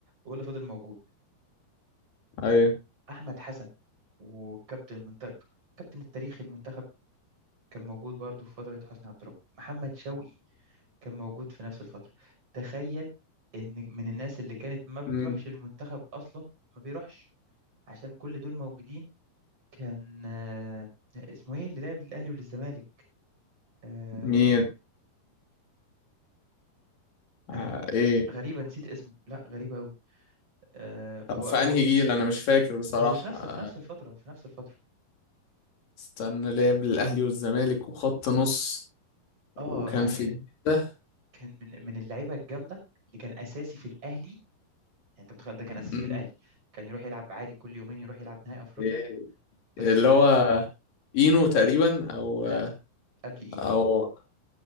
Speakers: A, on the right (about 40°); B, on the left (about 65°).
A: هو اللي فضل موجود
B: أيوة
A: احمد حسن وكابتن المنتخب كابتن التاريخي المنتخب كان موجود برضه في فتره حسني عبد الرب محمد شوقي كان موجود في نفس الفترة تخيل إن من الناس اللي كانت ما بتروحش
B: مم.
A: المنتخب أصلا ما بيروحش عشان كل دول موجودين كان آه، اسمه إيه اللي لعب للأهلي وللزمالك آه،
B: مين آه
A: أنا
B: إيه
A: غريبة نسيت اسمه لا غريبة أوي آه،
B: طب
A: هو
B: في
A: هو
B: أنهي جيل أنا مش فاكر بصراحة
A: هو في نفس
B: آه
A: في نفس الفترة في نفس الفترة
B: استنى لعب الأهلي والزمالك وخط نص وكان
A: اه يعني
B: في ده
A: كان من من اللعيبة الجامدة اللي كان أساسي في الأهلي يعني أنت متخيل ده كان أساسي
B: مم.
A: في الأهلي كان يروح يلعب عادي كل يومين يروح يلعب نهائي أفريقيا
B: إيه
A: بس
B: اللي هو
A: ما ك-
B: إينو تقريبا أو
A: لا قبل إين
B: أو